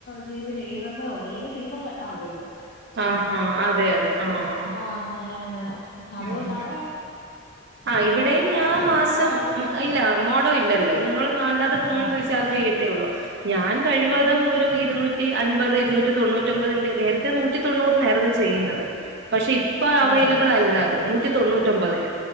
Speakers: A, on the left; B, on the right.
A: ജീ ബി ചെയ്യുണെന്നേ ഒള്ളൂ ല്ലെങ്കിൽ സിമ്മും കട്ടാവുല്ലോ
B: ആഹ അതെ അതെ ആഹ്
A: ആഹ അങ്ങനെ അങ്ങനെ അതുകൊണ്ട്
B: ഉം ഉം
A: അവിടെ
B: ആഹ് ഇവിടെയും
A: അവിടെ രണ്ട്
B: ഞാൻ മാസം
A: അവിടെ
B: ഇല്ല മോഡോ ഇല്ലല്ലോ ഞങ്ങൾ അല്ലാതെ ഫോൺ
A: ആഹ്
B: റീചാർജ് ചെയ്യത്തേ ഉള്ളൂ ഞാൻ കഴിവതും ഒരു ഇരൂന്നൂറ്റി അൻപത് ഇരുന്നൂറ്റി തൊണ്ണൂറ്റൊമ്പതിന്റെ നേരത്തെ നൂറ്റി തൊണ്ണൂറിനാർന്നു ചെയ്യുന്നത് പക്ഷെ ഇപ്പ
A: അതെയോ
B: അവൈലബിളല്ലത് നൂറ്റി തൊണ്ണൂറ്റൊമ്പതിന്